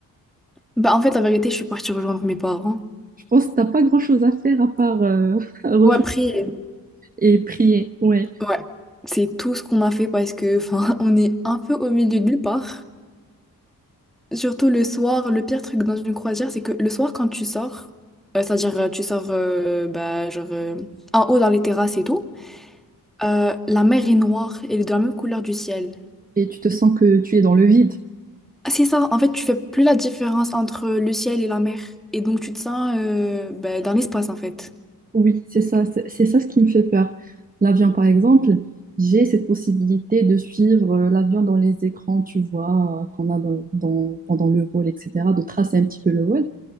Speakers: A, in the centre; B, on the right.
A: Bah, en fait, la vérité, je suis partie rejoindre mes parents.
B: Je pense que t'as pas grand-chose à faire à part euh, <laughs> rejoindre.
A: Ouais, après, euh,
B: et prier, ouais.
A: ouais, c'est tout ce qu'on a fait parce que, enfin, <laughs> on est un peu au milieu de nulle part. Surtout le soir, le pire truc dans une croisière, c'est que le soir, quand tu sors, euh, c'est-à-dire euh, tu sors euh, bah, genre, euh, en haut dans les terrasses et tout, euh, la mer est noire, elle est de la même couleur du ciel.
B: Et tu te sens que tu es dans le vide.
A: Ah, c'est ça, en fait, tu fais plus la différence entre le ciel et la mer. Et donc, tu te sens euh, bah, dans l'espace, en fait.
B: Oui, c'est ça, c'est c'est ça ce qui me fait peur. L'avion, par exemple, j'ai cette possibilité de suivre euh, l'avion dans les écrans, tu vois, euh, qu'on a dans, dans- pendant le vol, etc., de tracer un petit peu le vol.